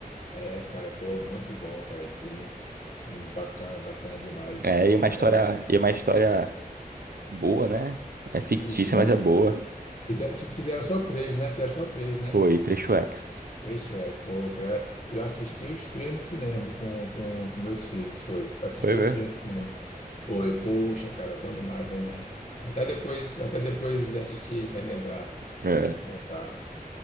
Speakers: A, on the left; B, on the right.
A: é, cara, pô, muito bom, cara. Esse filme, filme bacana, bacana demais.
B: É, e é uma história,
A: É,
B: e é uma história boa, né? É fictícia,
A: isso, isso.
B: mas é boa.
A: Fizer- Fizeram, só três, né? Fizeram só três, né?
B: Foi três Shreks.
A: Três Shrek, pô, cara. Eu assisti os três no cinema com, com, com meus filhos, foi. Eu assisti
B: Foi mesmo?
A: os três no cinema. Foi, poxa, cara, bom demais, bom demais. Vou Até depois, vou até depois assistir, relembrar,
B: É,
A: relembrar.